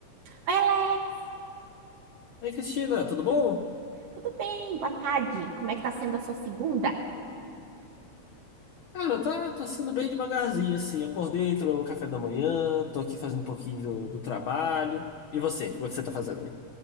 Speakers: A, on the right; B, on the left.
A: Oi, Alex,
B: Ei, Cristina, tudo bom?
A: tudo bem? Boa tarde. Como é que tá sendo a sua segunda?
B: Cara, tá, tá sendo bem devagarzinho, assim. Acordei, tomei meu café da manhã, tô aqui fazendo um pouquinho do, do trabalho. E você, como é que você tá fazendo aí?